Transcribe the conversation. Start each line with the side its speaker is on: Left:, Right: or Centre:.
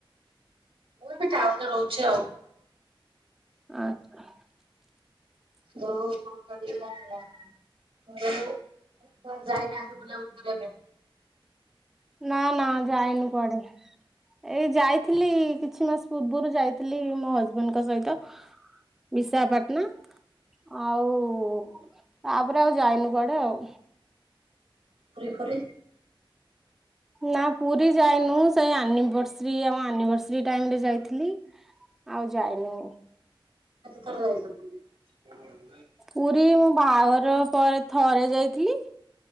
Right: ମୁଁ ବି ଟାଉନରେ ରହୁଚି ଆଉ।
Centre: ଆଚଛା।
Right: ବଉ କଣ କରିବ ଅ ବଉ କଣ ଯାଇନାକି ବୁଲାବୁଲ କରିବା ପାଇଁ?
Centre: ନା ନା ଯାଇନୁ କୁଆଡ଼େ। ଏଇ ଯାଇ ଥିଲି କିଛି ମାସ ପୂର୍ବରୁ ଯାଇଥିଲି ମୋ ହଜବେଣ୍ଡଙ୍କ ସହିତ। ବିଶାଖପାଟନା ଆଉ ତାପରେ ଆଉ ଯାଇନୁ। କୁଆଡେ ଆଉ।
Right: ପୁରୀ ଫୁୁରି
Centre: ନା ପୁରୀ ଯାଇନୁ ସେଇ ଆନିଭର୍ସରୀ ଆଉ ଆନିଭର୍ସରୀ ଟାଇମ ରେ ଯାଇଥିଲି। ଆଉ ଯାଇନୁ।
Right: ତଥରେ ଯାଇଚ ପୁରୀ?
Centre: ପୁରୀ ମଁ ବାହାଘର ପରେ ଥରେ ଯାଇଥିଲି।